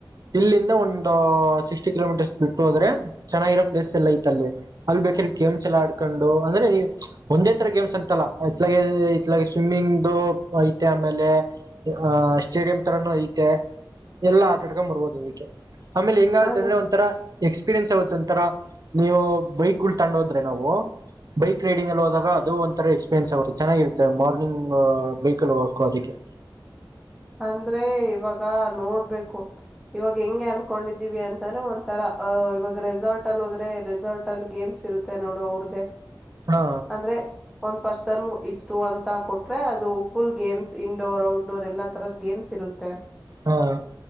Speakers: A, on the right; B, in the centre.
A: ಇಲ್ಲಿಂದ ಒಂದು ಸಿಕ್ಸ್ಟಿ ಕಿಲೋಮೀಟರ್ಸ್ ಬಿಟ್ಟು ಹೋದ್ರೆ ಚೆನ್ನಾಗಿರೋ ಪ್ಲೇಸ್ ಎಲ್ಲ ಇಐತ್ತ ಅಲ್ಲಿ ಅಲ್ಲಿ ಬೇಕ್ರ ಗೇಮ್ ಚಲಾ ಆಡ್ಕೊಂಡು ಅಂದ್ರೆ ಒಂದೇ ತರ ಗೇಮ್ಸ್ ಅಂತಲ್ಲ ಇತ್ಲ ಇಲ ಸ್ವಿಮ್ಮಿಂಗ್ು ಐತೆ ಆಮೇಲೆ ಅಹ ಸ್ಟೇಡಿಯಂ ತರಾನು ಐತೆ ಎಲ್ಲಾ ಆತಡ್ಕೊಂಡ್ ಬರ್ಬೋದು ನಿಕ್ಕೆ ಆಮೇಲೆ ಹೆಂಗ ಆಗುತ್ತೆ
B: ಅನ್
A: ಅಂದ್ರೆ ಒಂಥರ ಎಕ್ಸ್ಪೀರಿಯನ್ಸ್ ಯಾವತ್ತು ಒಂಥರ ನೀವು ಬೈಕ್ಗಳು ತಂಡು ಹೋದ್ರೆ ನಾವು ಬೈಕ್ ರೈಡಿಂಗ್ ಅಲ್ಲಿ ಹೋದಾಗ ಅದು ಒಂಥರ ಎಕ್ಸ್ಪೀರಿಯನ್ಸ್ ಆಗುತ್ತೆ ಚೆನ್ನಾಗಿರುತ್ತೆ ಮಾರ್ನಿಂಗ್ ಬೈಕಲ್ ವಾಕು ಅದಕ್ಕೆ
B: ಅಂದ್ರೆ ಇವಾಗ ನೋಡ್ಬೇಕು ಇವಾಗ ಹೆಂಗೆ ಅನ್ಕೊಂಡಿದ್ದೀವಿ ಅಂತಾನೆ ಒಂಥರ ಅಹ ಇವಾಗ ರೆಸಾರ್ಟ ಅಲ್ಲಿ ಹೋದ್ರೆ ರೆಸಾರ್ಟ ಅಲ್ಲಿ ಗೇಮ್ಸ್ ಇರುತ್ತೆ ನೋಡು ಅವ್ರ್ದೇ
A: ಹಾ
B: ಅಂದ್ರೆ ಒಂದ್ ಪರ್ಸನ್ ಇಷ್ಟು ಅಂತ ಕೊಟ್ರೆ ಅದು ಫುಲ್ ಗೇಮ್ಸ್ ಇನ್ಡೋರ್ ಔಟ್ಡೋರ್ ಎಲ್ಲಾ ತರದ್ ಗೇಮ್ಸ್ ಇರುತ್ತೆ
A: ಹಾ